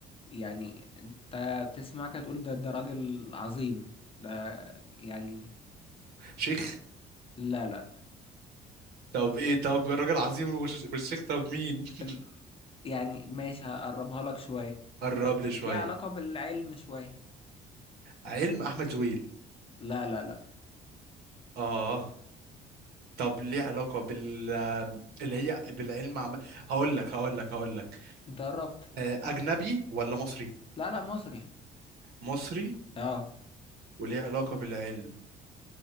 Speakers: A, on the left (about 35°); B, on the right (about 70°).
A: يعني انت تسمع كده تقول ده ده راجل عظيم ده يعني
B: شيخ
A: لا لا
B: طب ايه طب الراجل عظيم وش- مش شيخ طب مين <laughs>
A: أم- يعني ماشي هقربها لك شوية
B: قرب لي
A: ليه
B: شويه
A: علاقة بالعلم شوية
B: علم احمد زويل
A: لا لا لا
B: اه طب ليه علاقه بال اللي هي بالعلم عم... هقول لك هقول لك هقول لك
A: انت قربت
B: آه، اجنبي ولا مصري
A: لا لا مصري
B: مصري
A: اه
B: وليه علاقه بالعلم